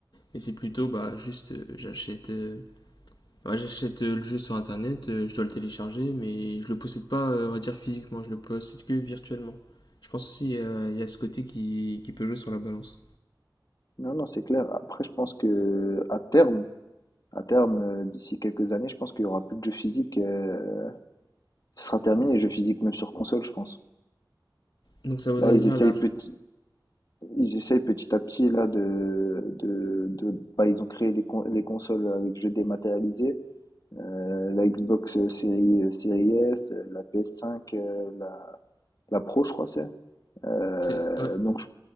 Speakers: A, on the left (about 70°); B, on the left (about 55°).
A: mais c'est plutôt bah juste euh, j'achète euh, bah, j'achète euh, le jeu sur internet, euh, je dois le télécharger mais je le possède pas euh, on va dire physiquement, je le possède que virtuellement. Je pense aussi euh, il euh, y a ce côté qui, qui peut jouer sur la balance.
B: Non, non, c'est clair. Après, je pense que à terme, à terme, euh, d'ici quelques années, je pense qu'il y aura plus de jeux physiques. euh, ce sera terminé les jeux physiques, même sur console, je pense.
A: Donc ça voudrait
B: Là, ils
A: dire
B: essayent
A: la...
B: petit,
A: f-
B: ils essayent petit à petit là de, de, de- bah, ils ont créé les, con- les consoles avec jeux dématérialisés. euh, la Xbox euh, série, euh, série S, euh, la PS5, la, la Pro, je crois, c'est. Euh,
A: c'est- ouais,
B: donc, je,